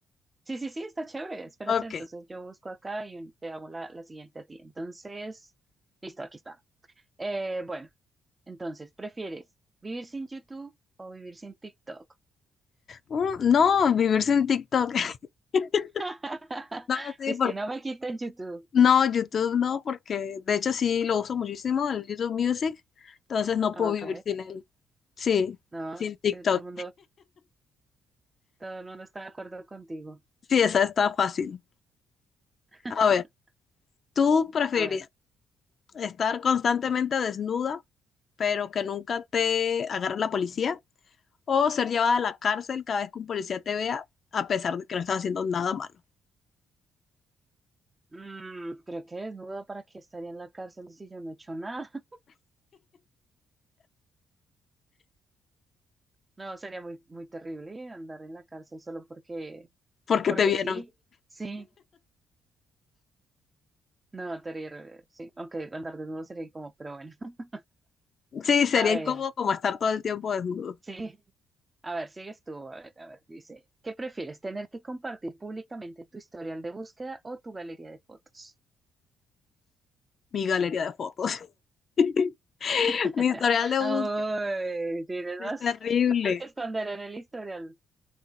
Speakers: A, on the right; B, on the left.
A: Sí, sí, sí, está chévere. Espérate,
B: Ok.
A: entonces yo busco acá y un- te hago la, la siguiente a ti. Entonces, listo, aquí está. Eh, bueno, entonces, ¿prefieres vivir sin YouTube o vivir sin TikTok?
B: Mm, No, vivir sin TikTok. <laughs>
A: <laughs>
B: No, sí,
A: Es
B: porque-
A: que no me quiten YouTube.
B: no, YouTube no, porque de hecho sí lo uso muchísimo, el YouTube Music, entonces no
A: Ok,
B: puedo vivir sin él. Sí,
A: no,
B: sin TikTok.
A: eh, todo el mundo, todo el mundo está de acuerdo contigo.
B: Sí, esa está fácil.
A: <laughs>
B: A ver, ¿tú preferirías
A: A ver.
B: estar constantemente desnuda, pero que nunca te agarre la policía? O ser llevada a la cárcel cada vez que un policía te vea, a pesar de que no estás haciendo nada malo,
A: Mm, creo que desnuda para que estaría en la cárcel si yo no he hecho nada. <laughs> No, sería muy, muy terrible andar en la cárcel solo porque,
B: porque
A: porque
B: te vieron.
A: sí, sí, no, terrible, sí, aunque andar desnudo sería como, pero bueno. <laughs>
B: Sí, sería
A: A ver,
B: incómodo como estar todo el tiempo desnudo.
A: sí, a ver, sigues tú, a ver, a ver, dice, ¿qué prefieres, tener que compartir públicamente tu historial de búsqueda o tu galería de fotos?
B: Mi galería de fotos. <laughs>
A: <laughs>
B: Mi historial de búsqueda
A: Ay, tienes
B: es
A: más
B: terrible.
A: cosas que esconder en el historial.